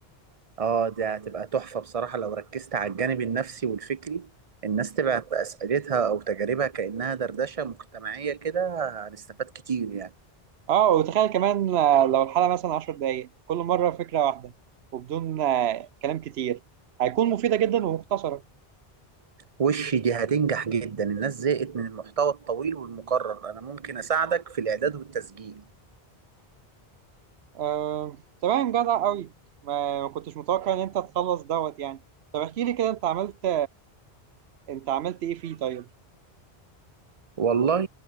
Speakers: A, on the right; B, on the right.
A: اه دي هتبقى تحفه بصراحه لو ركزت على الجانب النفسي والفكري الناس تبعت اسئلتها او تجاربها كانها دردشه مجتمعيه كده هنستفاد كتير يعني
B: اه وتخيل كمان آه، لو الحلقة مثلا عشر دقايق كل مرة فكرة واحدة وبدون آه، كلام كتير هيكون مفيدة جدا ومختصرة
A: وش دي هتنجح جدا الناس زهقت من المحتوى الطويل والمكرر انا ممكن اساعدك في الاعداد والتسجيل
B: آه، تمام جدع قوي ما ما كنتش متوقع إن أنت تخلص دوت يعني طب احكي لي كده أنت عملت أنت عملت إيه فيه طيب
A: والله